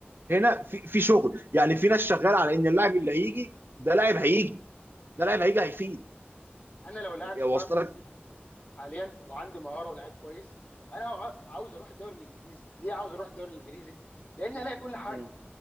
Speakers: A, on the right; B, on the left.
A: هنا في في شغل يعني في ناس شغاله على ان اللاعب اللي هيجي ده لاعب هيجي ده لاعب هيجي هيفيد
B: انا لو لاعب صغير
A: واصل
B: في السن
A: لك
B: حاليا وعندي مهاره ولاعيب كويس انا هع- عاوز اروح الدوري الانجليزي ليه عاوز اروح الدوري الانجليزي لان هلاقي كل حاجه
A: مم.